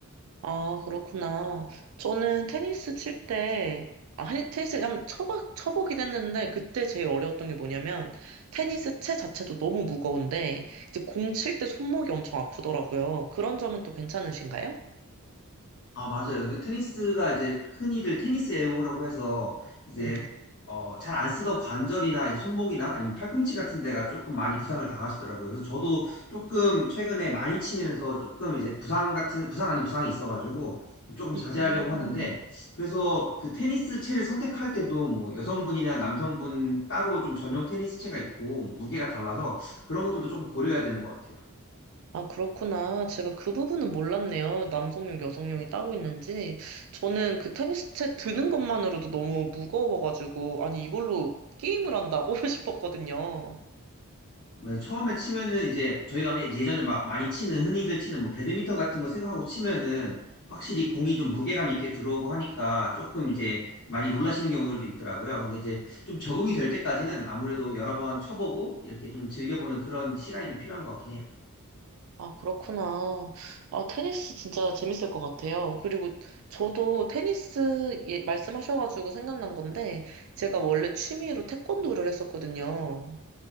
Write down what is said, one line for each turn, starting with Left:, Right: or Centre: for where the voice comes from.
Right: 아, 그렇구나. 저는 테니스 칠 때, 아, 한- 테니스를 한번 쳐봐, 쳐보긴 했는데, 그때 제일 어려웠던 게 뭐냐면, 테니스 채 자체도 너무 무거운데, 이제 공 칠 때 손목이 엄청 아프더라고요. 그런 점은 또 괜찮으신가요?
Left: 아, 맞아요. 그 테니스가 이제 흔히들 테니스 엘보라고 해서 이제
Right: 네.
Left: 어, 잘 안 쓰던 관절이나 이제 손목이나 아니면 팔꿈치 같은 데가 조금 많이 부상을 당하시더라고요. 그래서 저도 조금 최근에 많이 치면서 조금 이제 부상 같은 부상 아닌 부상이 있어가지고 조금 자제하려고
Right: 음.
Left: 하는데 그래서 그 테니스 채를 선택할 때도 뭐 여성분이나 남성분 따로 좀 전용 테니스 채가 있고 무게가 달라서 그런 것들도 조금 고려해야 되는 것 같아요.
Right: 아, 그렇구나. 제가 그 부분은 몰랐네요. 남성용, 여성용이 따로 있는지. 저는 그 테니스 채 드는 것만으로도 너무 무거워가지고, 아니, 이걸로 게임을 한다고 <laughs> 싶었거든요.
Left: 맞아요. 처음에 치면은 이제 저희가 매- 예전에 막 많이 치는 흔히들 치는 뭐 배드민턴 같은 거 생각하고 치면은 확실히 공이 좀 무게감 있게 들어오고 하니까 조금 이제 많이 놀라시는 경우들도 있더라고요. 근데 이제 좀 적응이 될 때까지는 아무래도 여러 번 쳐보고 이렇게 좀 즐겨보는 그런 시간이 좀 필요한 것 같긴 해요.
Right: 아, 그렇구나. 아, 테니스 진짜 재밌을 것 같아요. 그리고 저도 테니스 예- 말씀하셔가지고 생각난 건데, 제가 원래 취미로 태권도를 했었거든요.